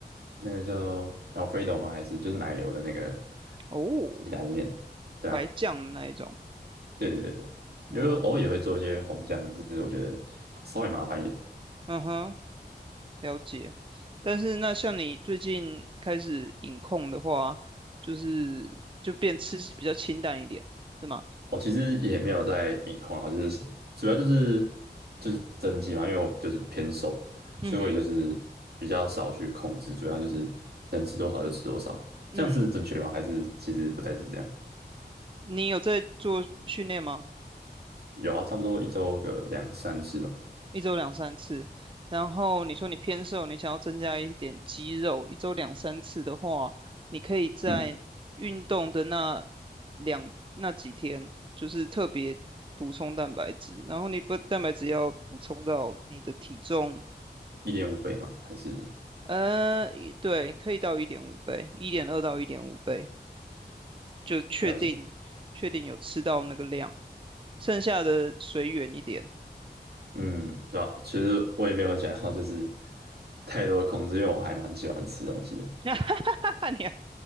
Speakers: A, on the right (about 65°); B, on the right (about 30°).
A: 那个叫 Alfredo 吗？还是就是奶油的那个
B: 哦，
A: 意大利面？对啊，
B: 白酱的那一种，
A: 对对对对，
B: 哦，
A: 因为偶尔也会做一些红酱，只是我觉得稍微麻烦一点。
B: 嗯哼。了解，但是那像你最近开始饮控的话，就是就变吃比较清淡一点，是吗？
A: 我其实也没有在饮控啊，就是主要就是就是增肌嘛，因为我就是偏瘦，所以我也就是比较少去控制，
B: 嗯哼，
A: 主要就是能吃多少就吃多少，
B: 嗯，
A: 这样是正确的吗？还是其实不太是这样？
B: 你有在做训练吗？
A: 有啊，差不多一周个两三次吧，
B: 一周两三次，然后你说你偏瘦，你想要增加一点肌肉，一周两三次的话，你可以在运动的那
A: 嗯，
B: 两那几天，就是特别补充蛋白质，然后你不蛋白质要补充到你的体重。
A: 一点五倍嘛，还是
B: 呃，一对，可以到一点五倍，一点二到一点五倍，就确定确定有吃到那个量，
A: 了解，
B: 剩下的随缘一点。
A: 嗯，对啊，其实我也没有想要就是太多控制，因为我还蛮喜欢吃东西的，
B: <laughs> 哈哈哈！你还